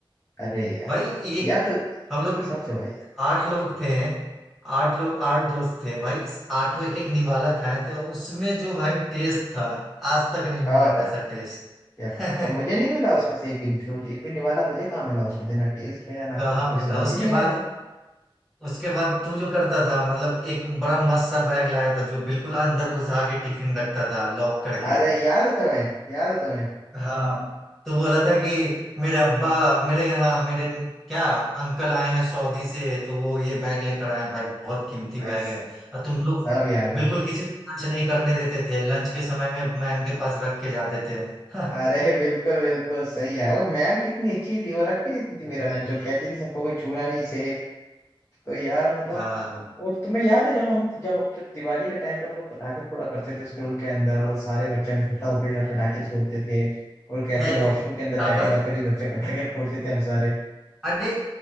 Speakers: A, on the left (about 30°); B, in the centre.
A: अरे यार
B: भाई एक
A: यार तो
B: हम लोग
A: कसम
B: कि-
A: से भाई
B: आठ लोग थे आठ लोग आठ दोस्त थे भाई इस आठों एक एक निवाला खाए थे और उसमें जो भाई टेस्ट था आज तक नहीं
A: हाँ
B: मिला
A: हाँ
B: वैसा टेस्ट
A: क्या
B: <laughs>
A: बात है और मुझे नहीं मिला उसमें से एक भी एक भी निवाला मुझे कहाँ मिला उसमें से ना टेस्ट मिला
B: कहाँ
A: ना कुछ कुछ
B: मिला
A: समझ
B: उसके
A: ही नहीं आया
B: बाद उसके बाद तू जो करता था मतलब एक बड़ा मस्त सा बैग लाया था जो बिल्कुल अंदर घुसा के टिफिन रखता था लॉक करके
A: अरे याद है तुम्हें याद है तुम्हें
B: हाँ तो बोला था कि मेरे अब्बा मेरे हाँ मेरे क्या अंकल आए हैं सऊदी से तो वो ये बैग लेकर आए हैं भाई बहुत कीमती
A: भाई
B: बैग है और तुम लोग
A: सब याद है
B: बिल्कुल किसी को टच नहीं करने देते थे लंच के समय में मैम के पास रख के जाते थे <laughs>
A: अरे बिल्कुल बिल्कुल सही है वो मैम कितनी अच्छी थी वो रख भी देती थी मेरा लंच और कहती थी सबको कोई छूना नहीं से तो यार मतलब
B: हाँ
A: और तुम्हें याद है जब हम जब जब दिवाली के टाइम पे हम लोग पटाखे फोड़ा करते थे स्कूल के अंदर और सारे बच्चे हम इकट्ठा होकर यहाँ पटाखे फोड़ते थे और कैसे
B: मैं तो
A: वॉशरूम के अंदर
B: पटाखा
A: जाके बदतमीज बच्चे पटाखे फोड़ते थे हम सारे
B: अरे